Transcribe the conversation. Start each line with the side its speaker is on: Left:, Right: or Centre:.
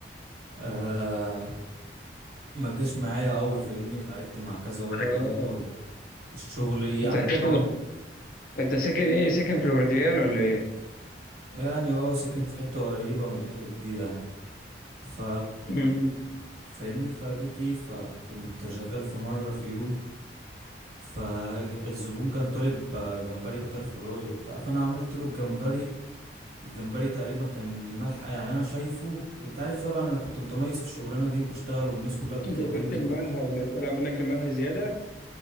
Right: آه ما جاش معايا قوي فاهمني وتعاركت مع كذا واحد
Left: اه
Right: جوه والشغل ايه
Left: انت
Right: عندهم
Left: ساكن انت ساكن ايه ساكن فلورديان ولا ايه
Right: يعني هو ساكن في حتة قريبة من الحتت دي يعني ف
Left: امم
Right: فاهمني فجيت ايه فكنت شغال في مرة في يوم فالزبون كان طالب آه، جمبري بيتر فلوي وبتاع فانا عملت له الجمبري الجمبري تقريبا كان الملح آه، يعني انا شايفه انت عارف طبعا انا كنت متميز في الشغلانه دي وبشتغل والناس كلها بتكلمني
Left: زودت المنهى ولا ايه طلع منك المنهى زياده